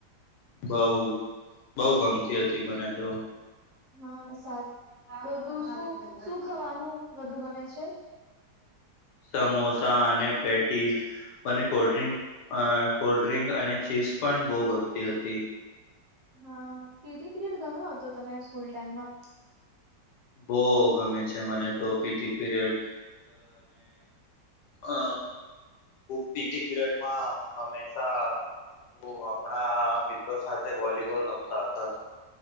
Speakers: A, on the left; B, on the right.
A: બઉ બઉ ગમતી હતી મને તો
B: હા સાચ તો તું શું શું ખાવાનું વધુ ગમે છે
A: સમોસા અને પેટીઝ મને કોલ્ડ્રંક અ કોલ્ડ ડ્રિક અને ચીપ્સ પણ બહુ ગમતી હતી
B: હા પીડી પીરિયડ ગમ્યો હતો તમે સ્કૂલ ટાઈમમાં
A: બહ ગમે છે મને તો પીટી પીરિયડ અ પીટી પડમાં હમેશા હ આપણા મિત્રો સાથે વોલીબોલ રમતા હતા